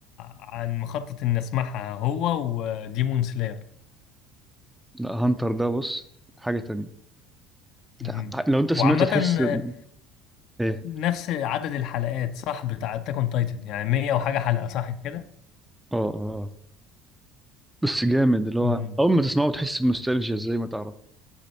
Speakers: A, on the left; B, in the centre.
A: عن مخطط اني اسمعها هو وديمون سلاير
B: لا هانتر ده بص حاجة تانية
A: مم.
B: تع- لو انت سمعته
A: وعامة
B: تحس
A: آه،
B: إن- ايه
A: نفس عدد الحلقات صح بتاع اتاك اون تايتن يعني 100 وحاجة حلقة صح كده؟
B: اه اه آه. بس جامد اللي هو
A: مم.
B: اول ما تسمعه تحس بنوستالجيا زي ما تعرف